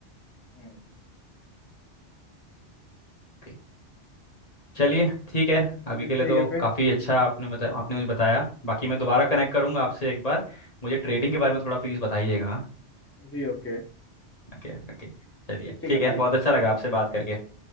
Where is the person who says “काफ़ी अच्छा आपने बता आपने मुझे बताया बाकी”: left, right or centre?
Left